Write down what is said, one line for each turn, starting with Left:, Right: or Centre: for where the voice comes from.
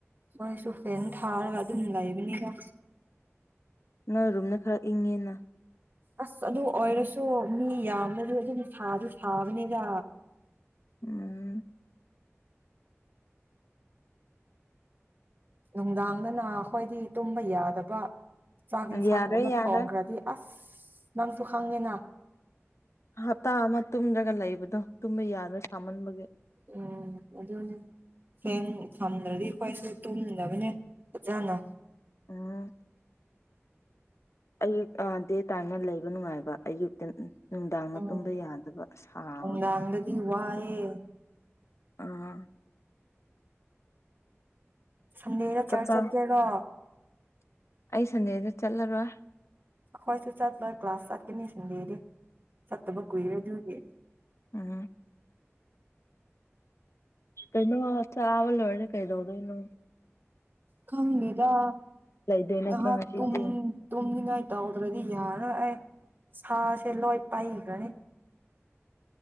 Right: ꯃꯣꯏꯁꯨ ꯐꯦꯟ ꯊꯥꯔꯒ ꯑꯗꯨꯝ ꯂꯩꯕꯅꯤꯔ
Left: ꯅꯪ ꯔꯨꯝꯅ ꯈꯔ ꯏꯪꯉꯦꯅ
Right: ꯑꯁ ꯑꯗꯨ ꯑꯣꯏꯔꯁꯨ ꯃꯤ ꯌꯥꯝꯅꯗꯤ ꯑꯗꯨꯅ ꯁꯥꯗꯨ ꯁꯥꯕꯅꯦꯗ
Left: ꯎꯝ
Right: ꯅꯨꯡꯗꯥꯡꯗꯅ ꯑꯩꯈꯣꯏꯗꯤ ꯇꯨꯝꯕ ꯌꯥꯗꯕ ꯆꯥꯛ ꯌꯦꯟꯁꯥꯡꯒꯨꯝꯕ
Left: ꯌꯥꯔꯦ ꯌꯥꯔꯦ
Right: ꯊꯣꯡꯈ꯭ꯔꯗꯤ ꯑꯁ ꯅꯪꯁꯨ ꯈꯪꯉꯦꯅ
Left: ꯍꯞꯇꯥ ꯑꯃ ꯇꯨꯝꯗ꯭ꯔꯒ ꯂꯩꯕꯗꯣ ꯇꯨꯝꯕ ꯌꯥꯗ꯭ꯔꯣ ꯁꯥꯃꯟꯕꯒꯤ
Right: ꯑꯣ ꯑꯗꯨꯗꯅ ꯐꯦꯡ ꯊꯝꯗ꯭ꯔꯗꯤ ꯑꯩꯈꯣꯏꯁꯨ ꯇꯨꯝꯗꯕꯅꯦ ꯐꯖꯅ꯫
Left: ꯎꯝ ꯑꯌꯨꯛ ꯗꯦ ꯇꯥꯏꯝꯅ ꯂꯩꯕ ꯅꯨꯡꯉꯥꯏꯕ ꯑꯌꯨꯛꯇ ꯅꯨꯡꯗꯥꯡꯅ
Right: ꯎꯝ
Left: ꯇꯨꯝꯕ ꯌꯥꯗꯕ ꯁꯥꯕꯒꯤ
Right: ꯅꯨꯡꯗꯥꯡꯗꯗꯤ ꯋꯥꯏꯑꯦ
Left: ꯑꯥ
Right: ꯁꯨꯟꯗꯦꯗ
Left: ꯆꯥꯛ
Right: ꯆꯨꯔ
Left: ꯆꯥ
Right: ꯆꯠꯀꯦꯔꯣ꯫
Left: ꯑꯩ ꯁꯟꯗꯦꯗ ꯆꯠꯂꯔꯣꯏ꯫
Right: ꯑꯩꯈꯣꯏꯁꯨ ꯆꯠꯂꯣꯏ ꯀ꯭ꯂꯥꯁ ꯆꯠꯀꯅꯤ ꯁꯟꯗꯦꯗꯤ ꯆꯠꯇꯕ ꯀꯨꯏꯔꯦ ꯑꯗꯨꯗꯤ꯫
Left: ꯑ ꯀꯩꯅꯣ ꯆꯥꯕ ꯂꯣꯏꯔꯦ ꯀꯩꯗꯧꯗꯨꯏꯅꯣ꯫
Right: ꯈꯪꯗꯦꯗꯥ
Left: ꯂꯩꯗꯣꯏ
Right: ꯉꯍꯥꯛ
Left: ꯅꯠꯇ꯭ꯔꯣ ꯉꯁꯤꯗꯤ
Right: ꯇꯨꯝ__ ꯇꯨꯝꯅꯤꯡꯉꯥꯏ ꯇꯧꯗ꯭ꯔꯗꯤ ꯌꯥꯔ ꯑꯩ ꯁꯥꯁꯦ ꯂꯣꯏ ꯄꯥꯏꯈ꯭ꯔꯅꯤ